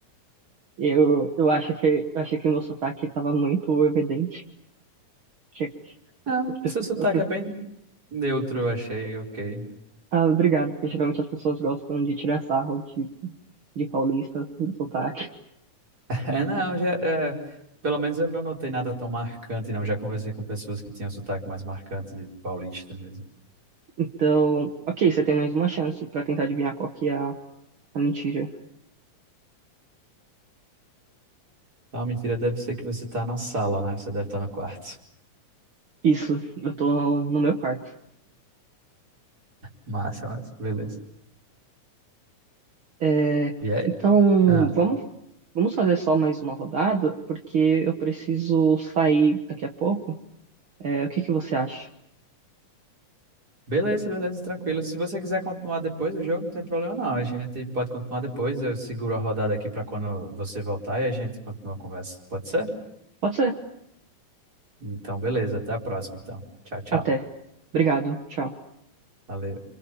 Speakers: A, on the right; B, on the right.
A: eu, eu acho que, eu achei que o meu sotaque estava muito evidente. que as
B: Não,
A: pessoas-
B: seu sotaque
A: as pessoas-
B: é bem neutro, eu achei, ok.
A: ah, obrigado, porque geralmente as pessoas gostam de tirar sarro de, de paulista, do sotaque.
B: <laughs> É, não, já, é, pelo menos eu não notei nada tão marcante, não. Já conversei com pessoas que tinham sotaque mais marcante de paulista mesmo.
A: Então, ok, você tem mais uma chance pra tentar adivinhar qual que é a, a mentira.
B: Então a mentira deve ser que você tá na sala, né? Você deve estar no quarto.
A: Isso, eu tô no meu quarto.
B: Massa, mas beleza.
A: É,
B: E aí?
A: então,
B: Ah.
A: vamos, vamos fazer só mais uma rodada, porque eu preciso sair daqui a pouco. É, o que que você acha?
B: Beleza, beleza, tranquilo. Se você quiser continuar depois do jogo, não tem problema não. A gente pode continuar depois. Eu seguro a rodada aqui para quando você voltar e a gente continua a conversa. Pode ser?
A: Pode ser.
B: Então, beleza. Até a próxima, então. Tchau, tchau.
A: Até. Obrigado. Tchau.
B: Valeu.